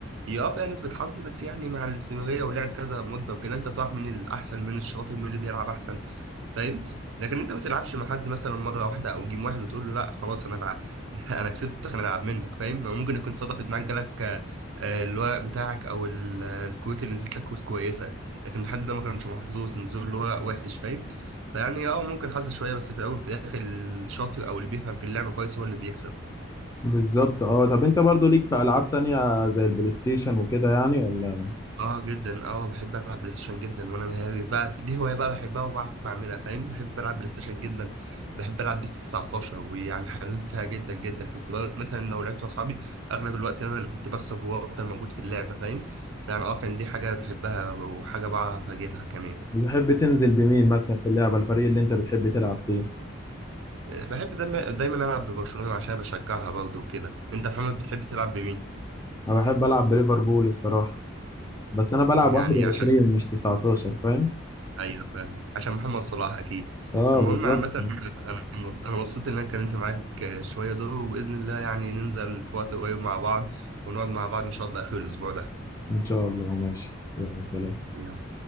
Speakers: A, on the right; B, on the left.
A: هي اه فيها نسبة حظ بس يعني مع الاستمرارية ولعب كذا مدة وكده انت بتعرف مين الأحسن مين الشاطر مين اللي بيلعب أحسن فاهم لكن انت ما تلعبش مع حد مثلا مرة واحدة أو جيم واحد وتقول له لا خلاص أنا العب <laughs> أنا كسبتك أنا العب منك فاهم ممكن يكون صدفت معاك جالك آه، آه، الورق بتاعك أو ال- الكروت اللي نزلت لك كروت كويسة لكن الحد ده ما كانش محظوظ نزول اللي هو وحش فاهم فيعني اه ممكن حظ شويه بس في الاول وفي الاخر الشاطر او اللي بيفهم في اللعبه كويس هو اللي بيكسب
B: بالظبط اه طب انت برضه ليك في العاب تانية زي البلاي ستيشن وكده يعني ولا
A: اه جدا اه بحب العب بلاي ستيشن جدا وانا مهاري بقى دي هوايه بقى بحبها وبعرف اعملها فاهم بحب العب بلاي ستيشن جدا بحب العب بيس 19 ويعني حريفها جدا جدا كنت بقى مثلا لو لعبت مع اصحابي اغلب الوقت انا اللي كنت بكسب وافضل موجود في اللعبه فاهم فيعني اه كان دي حاجه بحبها وحاجه بعرف اجيدها كمان
B: بتحب تنزل بمين مثلا في اللعبة الفريق اللي انت بتحب تلعب فيه
A: بحب دايما دايما العب ببرشلونه عشان بشجعها برضه وكده انت محمد بتحب تلعب بمين
B: انا بحب العب بليفربول الصراحة بس انا بلعب
A: يعني
B: 21
A: عشان
B: مش 19 فاهم
A: ايوه فاهم عشان محمد صلاح اكيد
B: اه
A: المهم
B: بالظبط
A: عامه انا انا مبسوط ان انا اتكلمت معاك شويه دول وباذن الله يعني ننزل في وقت قريب مع بعض ونقعد مع بعض ان شاء الله اخر الاسبوع ده
B: ان شاء الله ماشي يلا سلام
A: يلا